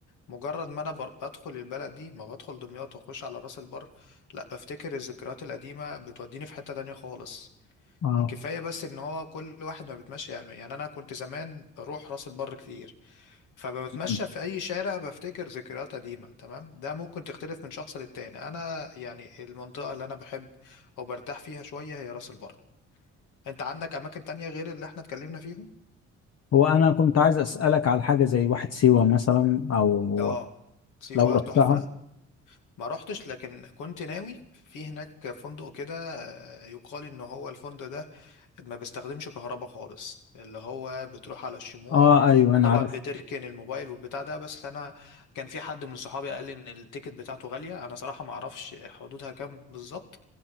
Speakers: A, on the left; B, on the left.
A: مجرد ما انا ب- بدخل البلد دي ما بدخل دمياط واخش على راس البر لا بفتكر الذكريات القديمه بتوديني في حته تانية خالص
B: اه
A: كفاية بس ان هو كل واحد ما بيتمشى يعني يعني انا كنت زمان بروح راس البر كتير فبتمشى
B: نعم.
A: في اي شارع بفتكر ذكريات قديمة تمام ده ممكن تختلف من شخص للتاني انا يعني المنطقة اللي انا بحب او برتاح فيها شوية هي راس البر انت عندك اماكن تانية غير اللي احنا اتكلمنا فيهم
B: هو انا كنت عايز اسألك على حاجة زي واحد سيوة مثلا او
A: اه سيوة
B: لو رحتها
A: تحفة ما رحتش لكن كنت ناوي في هناك فندق كده آه، يقال ان هو الفندق ده ما بستخدمش كهرباء خالص اللي هو بتروح على الشموع
B: اه ايوه انا
A: طبعا
B: عارف
A: بتركن الموبايل والبتاع ده بس انا كان في حد من صحابي قال لي ان التيكت بتاعته غالية انا صراحة ما اعرفش حدودها كام بالظبط